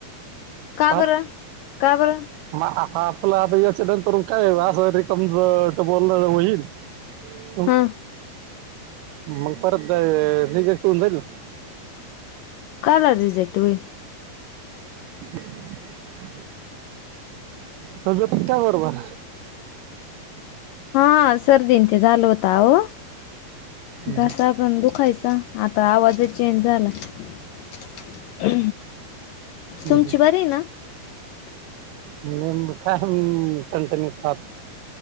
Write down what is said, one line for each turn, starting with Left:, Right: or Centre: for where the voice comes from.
Left: का
Right: हा.
Left: बरं का बरं
Right: मग आपलं आता याच्या नंतर काय असं रमज बोलण होईल. <unintelligible>
Left: <unintelligible>
Right: मग परत रिजेक्ट होऊन जाईल.
Left: काल रिजेक्ट वी.
Right: <unintelligible> सर्व टिकत्या बरोबर.
Left: हा सर्दी आणि ते झालं होतं अहो.
Right: हम्म,
Left: घासा पण दुखायचा, ‌आता आवाजच चेंज झालाय.
Right: हम्म.
Left: तुमची बरी आहे ना?
Right: <unintelligible> हात